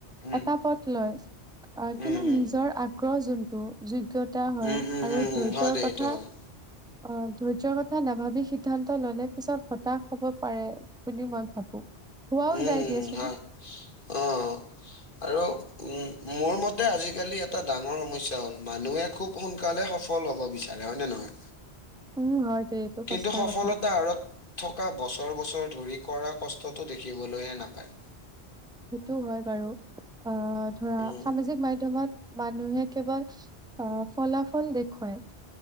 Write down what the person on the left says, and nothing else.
উম,
উম,
উম।
উম, উম,
উম,
উম, হয় দে
সেইটো হয়।
উম,
উম,
হয়। অ' আৰু উম, মোৰ মতে আজিকালি এটা ডাঙৰ সমস্যা হ'ল মানুহে খুব সোনকালে সফল হ'ব বিচাৰে। বিচাৰে হয় নে নহয়
কিন্তু, সফলতাৰ
আৰত থকা বছৰ বছৰ ধৰি কৰা কষ্টটো দেখিবলৈয়ে নাপায়।
উম,